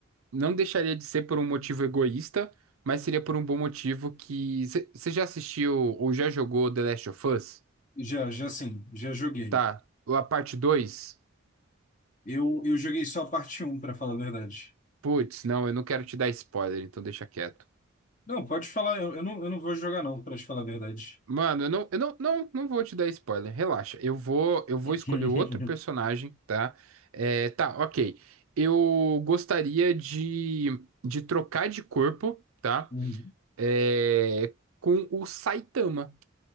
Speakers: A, on the right; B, on the left.
A: não deixaria de ser por um motivo egoísta, mas seria por um bom motivo que. Você já assistiu ou já jogou The Last of Us?
B: já, já sim, já joguei.
A: Tá. A parte 2.
B: Eu, eu joguei só a parte um para falar a verdade.
A: Putz, não, eu não quero te dar spoiler, então deixa quieto.
B: Não, pode falar, eu, eu não, eu não vou jogar não, para te falar a verdade.
A: Mano, eu não, eu não, não, não vou te dar spoiler, relaxa. Eu vou, eu vou
B: <laughs>
A: escolher outro personagem, tá? É, tá, ok. Eu gostaria de, de trocar de corpo, tá?
B: Uhum.
A: É, com o Saitama.